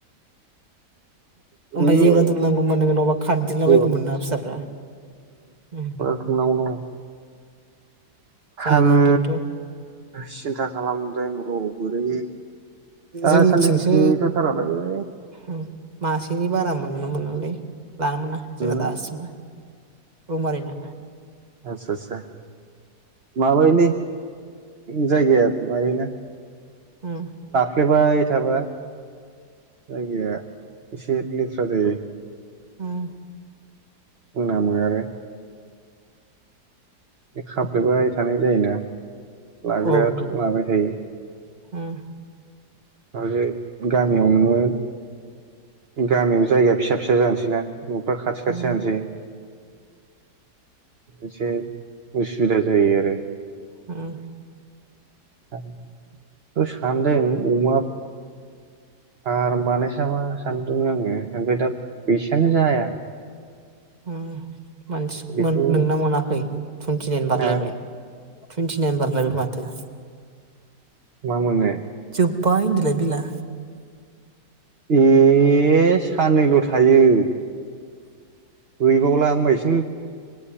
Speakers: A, on the right; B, on the right.
A: <unintelligible>
B: ओमफ्राय
A: उम
B: जेवरा दुमनांगौमोन
A: उम
B: नोङो नङाबा खारदिंलाबायगौमोन
A: जेवरा
B: ना फिसाफ्रा उम
A: दुमनांगौ दङ।
B: जागोन
A: आङो
B: खिन्थु
A: सिन्था खालामदों र'। बोरै। दासान्दि
B: जोंनिथिंसो
A: गैथ'थारालाय
B: उम मासेनि बारा मोन ना मोनालै लानो मोना जोंना
A: ए
B: दासिमबो रोउमारिना
A: आतसा आतसा। माबायदि जायगाया बायोना
B: उम ।
A: खाफ्लेबाय थाबा जायगाया एसे लेथ्रा जायो।
B: उम ।
A: मोनामो आरो खाफ्लेबाय थानाय जायोना लाग्रायाथ'
B: औ
A: लाबाय थायो ।
B: उम
A: माखासे गामियाव नोङो गामियाव जायगाया फिसा फिसा जानोसैना नफ्रा खाथि खाथि
B: उम
A: जानोसै। एसे उसुबिदा जायो आरो।
B: उम
A: <unintelligible> सान्दों अमा आर बानायसा मा सानदों आंङो ओमफाय दा फैसायानो जाया।
B: उम मानसि
A: बेखौ
B: मोन नोंना मोनाखै? थुइनटिनाइन बारलायबाय
A: हा
B: । टुइनटिनाइन बारलायबाय माथो ।
A: मा मोनो
B: <unintelligible> बिला
A: ए साननैल' थायो । हैबावला होनबायसिम